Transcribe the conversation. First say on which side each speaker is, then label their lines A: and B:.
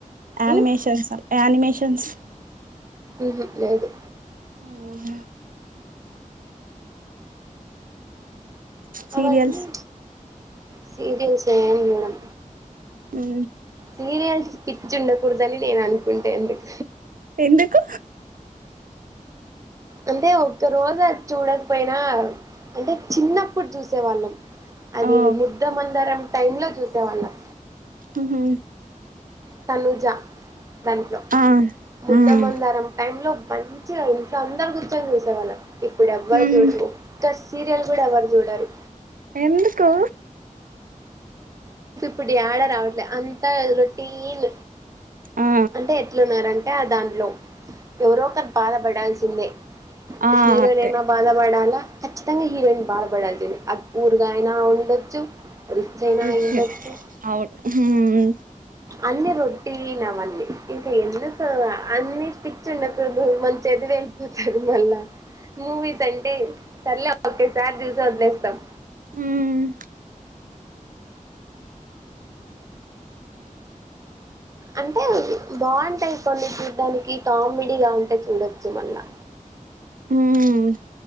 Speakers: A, on the right (about 80°); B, on the right (about 25°).
A: అనిమేషన్
B: ఉమ్,
A: అనిమేషన్ టెన్స్
B: ఉహో లేదు
A: ఆహా సీరియల్స్
B: అవన్నీ సీరియల్స్ ఏం జూడం
A: అ
B: సీరియల్స్ పిచ్చి ఉండకూడదని నేను అనుకుంటేందుకు
A: ఎందుకు
B: అంటే ఒక్క రోజాది చూడకపోయినా అంటే చిన్నప్పుడు చూసేవాళ్ళం అదేదే
A: ఆ
B: ముద్ద మందారం టైమ్ లో చూసేవాళ్ళం
A: ఊహు
B: తనుజ దాంట్లో
A: ఆ
B: ముద్దమందారం
A: మ్మ్
B: టైం లో మంచిగా ఇంట్లో అందరు గుర్చొని చూసేవాళ్ళం ఇప్పుడు ఎవరు
A: మ్మ్
B: జూడరు ఒక్క స్ సీరియల్ కూడా ఎవరు చూడరు
A: ఎందుకో
B: ప్పుడి ఆడ రావట్లే అంత రొటీన్
A: ఆ
B: అంటే ఎట్లున్నారంటే తే దానిలో ఎవరో ఒకరు బాధపడాల్సిందే
A: ఆ
B: హీరో
A: అట్టే
B: నేమో బాధ పడాలా ఖచ్చితంగా హీరోయిన్ బాధపడాల్సిందే ఆ ఊరుగా అయినా ఉండొచ్చు, అయినా
A: రిచ్
B: అయి ఉండొచ్చు
A: అవును హ్మ్
B: అన్ని రొటిన్ అవన్నీ ఇంకా ఎందుకు అన్ని పిచ్చి ఉండకూడదు మళ్ళి చదువు ఎల్లిపోతది మళ్ళా మూవీస్ అంటే సర్లే ఓకే సారి చూసి వదిలేస్తాం.
A: మ్మ్
B: అంటే బాగుంటాయి కొన్ని చూడ్డానికి కామెడీ గా ఉంటే చూడొచ్చు మళ్ళా
A: హ్మ్